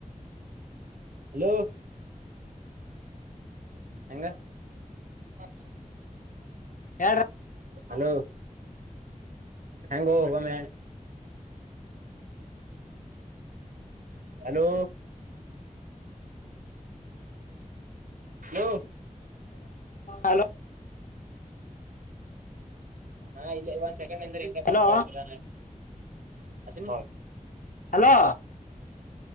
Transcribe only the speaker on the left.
ಹೇಳ್ರ
ಹಲೋ
ಹಲೋ
ಹಲೋ